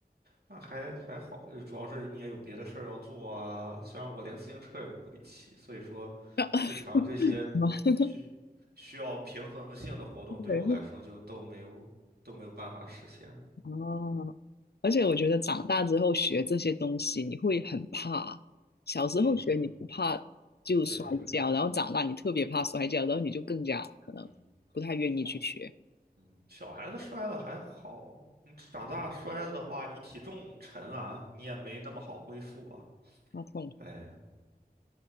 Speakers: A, on the right (about 75°); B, on the left (about 75°).
A: 那还还好，呃主要是你也有别的事儿要做啊。虽然我连自行车也不会骑，所以说
B: 样
A: 日常这些需
B: <laughs>
A: 需要平衡性的活动对我来说就都没有都没有办法实现了。
B: 对，啊，而且我觉得长大之后学这些东西，你会很怕。小时候学你不怕就摔跤，
A: 嗯，哼对对对，
B: 然后长大你特别怕摔跤，然后你就更加可能不太愿意去学，
A: 嗯，哦，嗯，小孩子摔了还好，你长大摔了的话，你体重沉啊，你也没那么好恢复啊。
B: 怕痛。
A: 哎，